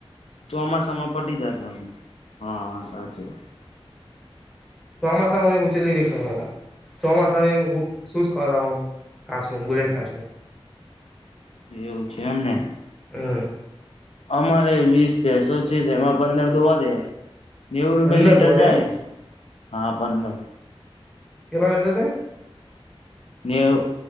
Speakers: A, on the left (about 85°); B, in the centre.
A: ચોમાસામાં પટી જશે હા હા સાચું
B: ચોમાસામાંય <unintelligible> ચોમાસા <unintelligible> હું બુલેટ કાઢ લવ
A: એવું છે એમને.
B: હમ
A: અમારે વીસ ભેંસો છે, જેમાં પંદર દોવા દે હે. નેવું રૂપિયા
B: પંદર
A: લીટર
B: દોડે
A: જાય,
B: એમ
A: હા પંદર.
B: કેટલા લિટર જાય?
A: નેવ